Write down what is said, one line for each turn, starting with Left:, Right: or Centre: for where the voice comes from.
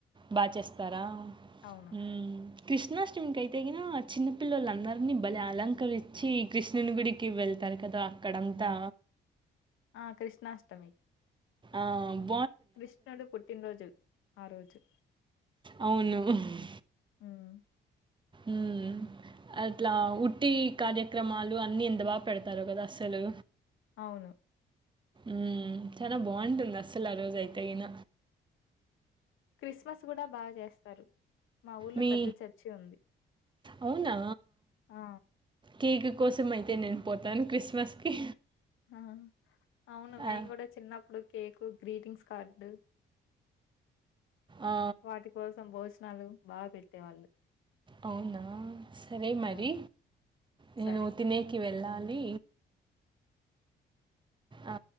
Right: బా చేస్తారా
Left: అవును.
Right: హ్మ్ కృష్ణాష్టమికి అయితే గినా చిన్న పపిల్లలందరినీ భలే అలంకరిచ్చి కృష్ణుని గుడికి వెళ్త థారు కదా అక్కడంతా
Left: ఆ కృష్ణాష్టమి
Right: ఆమ్
Left: కృష్ణుడు పుట్టినరోజు ఆరోజు
Right: అవును ఉహ్మ్
Left: హ్మ్.
Right: ఊమ్ అట్లా ఉట్టి కార్యక్రమాలు అన్ని ఎంత బాగా పెడతారో గదా అసలు
Left: అవును
Right: ఊమ్ చాలా బావుంటుంది అస్సలు ఆ రోజు అయితేగీన
Left: క్రిస్మస్ గూడా బాగా చేస్తారు మా ఊర్లో
Right: మీ
Left: పెద్ద చర్చి ఉంది
Right: అవునా
Left: ఆ
Right: కేక్ కోసం అయితే నేను పోతను క్రిస్మస్‌కి
Left: ఆ అవును మేము
Right: ఆ!
Left: కూడా చిన్నప్పుడు కేకు గ్రీటింగ్స్ కార్డు
Right: ఆ!
Left: వాటి కోసం భోజనాలు బాగ పెట్టేవాళ్ళు
Right: అవునా సరే
Left: ఆ
Right: మరి నేను
Left: సరే
Right: తినేకి వెళ్ళా లి ఆ